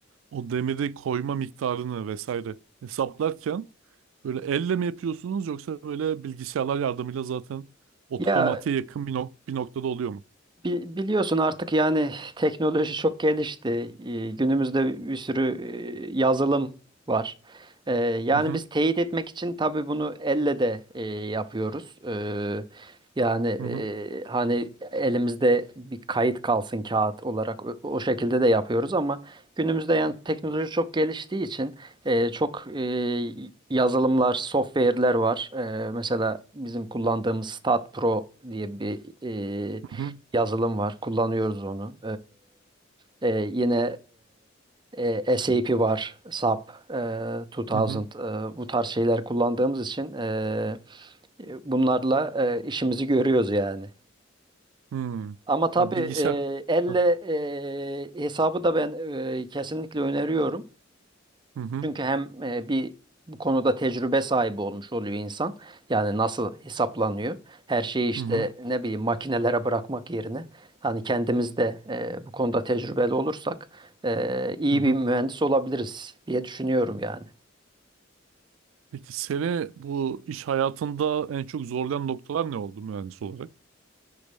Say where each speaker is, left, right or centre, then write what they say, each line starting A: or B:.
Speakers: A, on the right (about 80°); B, on the right (about 25°).
A: O demiri koyma miktarını vesaire hesaplarken böyle elle mi yapıyorsunuz yoksa böyle bilgisayarlar yardımıyla zaten otomatiğe
B: Ya
A: yakın bir, nok bir noktada oluyor mu?
B: Bi- Biliyorsun artık yani teknoloji çok gelişti. Ee, Günümüzde bir sürü e, yazılım var. Ee, Yani
A: Hı hı.
B: biz teyit etmek için tabii bunu elle de e, yapıyoruz. Ee, Yani e,
A: Hı hı.
B: hani elimizde bir kayıt kalsın kağıt olarak o o şekilde de yapıyoruz ama günümüzde yani teknoloji çok geliştiği için e, çok e, yazılımlar, software'ler var. Ee, Mesela bizim kullandığımız StatPro diye bir e,
A: Hı hı
B: yazılım var. Kullanıyoruz onu. Ee, e, yine e, e, SAP var, SAP, e, 2000,
A: hı hı.
B: e, bu tarz şeyler kullandığımız için e, e, bunlarla e, işimizi görüyoruz yani.
A: hı.
B: Ama tabii
A: Ya bilgisayar.
B: e, elle
A: Hı
B: e, hesabı da ben e, kesinlikle öneriyorum.
A: hı
B: Çünkü hem e, bir bu konuda tecrübe sahibi olmuş oluyor insan. Yani nasıl hesaplanıyor. Her şeyi işte
A: hı hı.
B: ne bileyim makinelere bırakmak yerine hani kendimiz de e, bu konuda tecrübeli olursak e, iyi
A: hı hı.
B: bir mühendis olabiliriz diye düşünüyorum yani.
A: Peki seni bu iş hayatında en çok zorlayan noktalar ne oldu mühendis olarak?